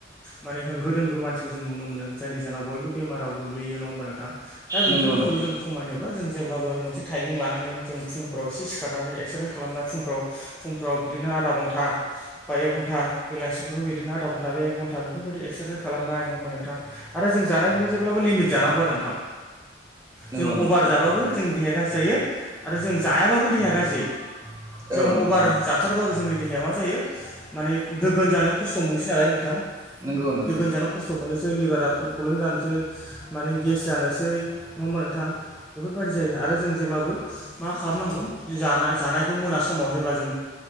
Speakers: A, in the centre; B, on the right.
A: माने होंगो दोंगो मानसिखौ जों नुनो मोनो जायनि जाहोनाव बयबो बेमाराव गोग्लैयो नङा ओमबा नोंथां दा बेफोरखौ
B: नंगौ नोंथां
A: जों खमायनोब्ला जों जेब्लाबो मोनसे टाइमिं लानांगोन जों फुंफ्राव एसे सिखारनानै एक्सारसाइस खालामनानै फुंफ्राव फुंफ्राव बिदिनो आधा घन्टा बा एक घन्टा बेलासिफ्रावबो बिदिनो आधा घन्टा एक घन्टाफोरबायदि एक्सारसाइस खालामनाय नङा होमबा नोंथां आरो जों जानायखौबो जेब्लाबो लिमिट जानांगौ आरो नोंथां
B: नंगौ
A: जों
B: नोंथां
A: अभार जासाबो जों देहाया गाज्रि जायो आरो जों जायाबाबो देहाया गाज्रि जों
B: औ नों
A: अभार जाथारबाबो जोंनि देहाया मा जायो माने दोगोन जानायाव खस्थ' मोनसै नालाय नोंथां
B: नंगौ नोंथां
A: दोगोन जानो खस्थ' मोननोसै लिभारा प्रब्लेम जानोसै माने गेस जानोसै नङा ओमबा नोंथां बेफोर बादि जायो आरो जों जेब्लाबो मा खालामनांगौ जानायखौ मोना समाव अब्ला जों